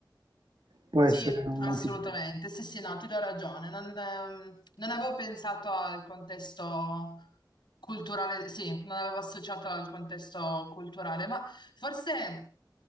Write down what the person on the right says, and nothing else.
Può
essere un
motivo.